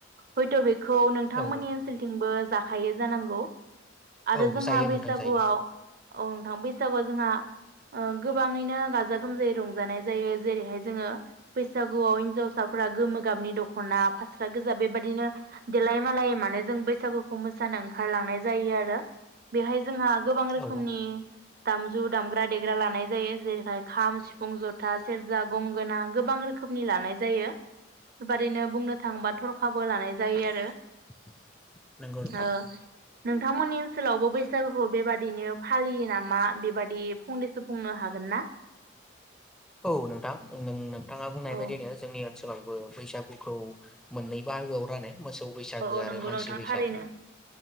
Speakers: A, on the right; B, in the centre.
A: हयथ' बे खौ नोंथांमोननि
B: औ
A: ओनसोलथिंबो जा खायो जानांगौ। आरो
B: औ
A: जोंहा
B: जायो
A: बैसागुआव
B: नोंथां जायो
A: ओं थां बैसागुआव जोंहा ओ गोबाङैनो गाजा गोमजायै रंजानाय जायो। जेरैहाय जोङो बैसागुआव हिनजावसाफोरा गोमो गाबनि दख'ना फास्रा गोजा बेबायदिनो देलाय मालायै माने जों बैसागु खौ मोसानो ओंखारलांनाय जायो आरो बेवहाय जोंहा गोबां रोखोमनि
B: औ
A: दामजु दामग्रा देग्रा लानाय जायो। जेरैहाय खाम, सिफुं, जथा, सेरजा गंगोना गोबां रोखोमनि लानाय जायो। बात ओरैनो बुंनो थाङोबा थरखाबो लानाय जायो आरो
B: <inaudible> नोंगौ नोंथां।
A: ओ नोंथांमोननि ओनसोलावबो बैसागुखौ बेबादिनो फालियो नामा बेबादि फंनैसो बुंनो हागोन ना?
B: औ नोंथां नों नों थांङा बुंनाय
A: औ
B: बायदिनो जोंनि ओनसोलावबो बैसागु खौ मोननै बाहागोआव <unintelligible> मोसौ बैसागो
A: औ औ
B: आरो
A: नंगौ
B: मानसि
A: नोंथां
B: बैसागो।
A: थारैनो